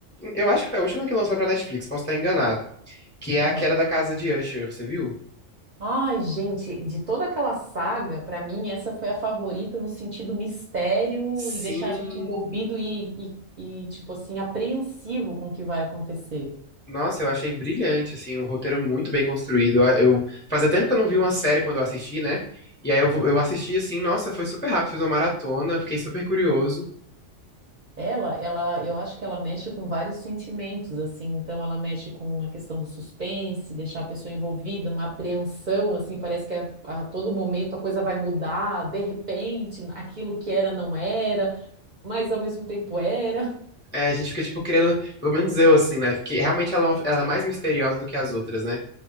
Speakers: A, on the left; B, on the right.
A: Eu acho que foi a última que lançou pra Netflix, posso estar enganado. Que é
B: aham.
A: A Queda da Casa de Usher, você viu?
B: Ai, gente, de toda aquela saga, pra mim, essa foi a favorita no sentido mistério
A: Sim.
B: e deixar a gente envolvido e, e, e, tipo assim, apreensivo com o que vai acontecer.
A: Nossa, eu achei brilhante, assim, um roteiro muito bem construído. Eu eu- fazia tempo que eu não vi uma série quando eu assisti, né? E aí eu, vou- eu assisti assim, nossa, foi super rápido, fiz uma maratona, fiquei super curioso.
B: Ela, ela, eu acho que ela mexe com vários sentimentos, assim, então ela mexe com a questão do suspense, deixar a pessoa envolvida, uma apreensão, assim, parece que a, a todo momento a coisa vai mudar, de repente, aquilo que era não era, mas ao mesmo tempo era.
A: É, a gente fica, tipo, querendo, pelo menos eu, assim, né? Porque realmente ela, é uma- ela é mais misteriosa do que as outras, né?